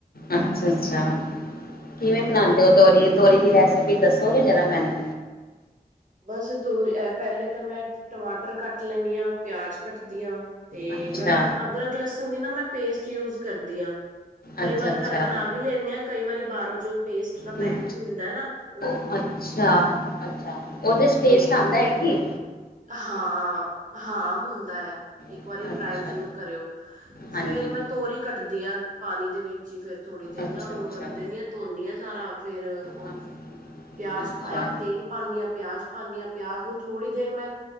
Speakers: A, on the left; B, on the right.
A: ਅੱਛਾ -ਅੱਛਾ ਕਿਵੇਂ ਬਣਾਉਦੇ ਹੋ ਤੋਰੀ ਤੋਰੀ ਦੀ ਰੈਸਿਪੀ ਦੱਸੋਗੇ ਜਰਾ ਮੈਨੂੰ
B: ਬਸ ਤ ਪਹਿਲੇ ਤਾਂ ਮੈਂ ਟਮਾਟਰ ਕੱਟ ਲੈਂਣੀ ਆਂ ਪਿਆਜ ਕੱਟਦੀ ਹਾਂ ਤੇ
A: ਅੱਛਾ
B: ਲਦ ਅਦਰਕ ਲਸਣ ਦੀ ਨਾ ਮੈਂ ਪੇਸਟ ਯੂਜ ਕਰਦੀ ਹਾਂ ਕਈ
A: ਅੱਛਾ
B: ਵਾਰ
A: ਅੱਛਾ
B: ਘਰ ਬਣਾ ਵੀ ਲੈਂਦੇ ਆਾਂ ਕਈ ਵਾਰੀ ਬਾਹਰੋਂ ਜੋ ਪੇਸਟ ਦਾ
A: ਹੂੰ
B: ਪੈਕੇਟ ਮਿਲਦਾ ਨਾ ਉਹ
A: ਅੱਛਾ -ਅੱਛਾ ਉਹਦੇ ਚ ਟੇਸਟ
B: ਤੇ
A: ਆਉਂਦਾ ਐ ਕੀ
B: ਹਾਂ -ਹਾਂ ਹੁੰਦਾ ਐ ਇੱਕ
A: ਹੈ
B: ਵਾਰੀ
A: ਅੱਛਾ
B: ਟਰਾਈ ਜ਼ਰੂਰ ਕਰਿਓ ਫੇਰ
A: ਹਾਂਜੀ
B: ਮੈਂ ਤੋਰੀ ਕੱਟਦੀ ਹਾਂ ਪਾਣੀ ਦੇ ਵਿੱਚ ਜੀਕਰ ਥੋੜੀ ਦੇਰ
A: ਅੱਛਾ
B: ਨਾ ਉਹਨੂੰ
A: ਅੱਛਾ
B: ਰੱਖ ਦਿੰਦੀ ਹਾਂ ਧੋਨੀ ਹਾਂ ਸਾਰਾ ਫੇਰ ਉਹ
A: ਹਾਂ,
B: ਪਿਆਜ
A: ਅੱਛਾ
B: ਪਾਇਆ ਤੇਲ ਪਾਨੀ ਆਂ ਪਿਆਜ ਪਾਨੀ ਆਂ ਪਿਆਜ ਨੂੰ ਥੋੜੀ ਦੇਰ ਮੈਂ